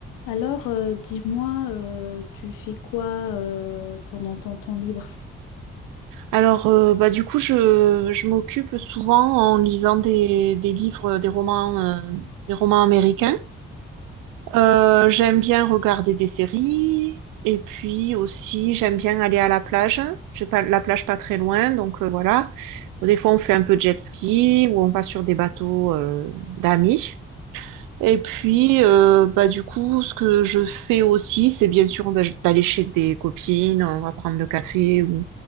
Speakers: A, on the left; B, on the right.
A: Alors, euh, dis-moi, euh, tu fais quoi euh, pendant ton temps libre?
B: Alors, euh, bah, du coup, je, je m'occupe souvent en lisant des, des livres, des romans, euh, des romans américains. Euh, j'aime bien regarder des séries et puis aussi j'aime bien aller à la plage. J'ai pas la plage pas très loin, donc euh, voilà. Des fois, on fait un peu de jet ski ou on va sur des bateaux euh, d'amis. Et puis, euh, bah, du coup, ce que je fais aussi, c'est bien sûr bah, je- d'aller chez des copines, on va prendre le café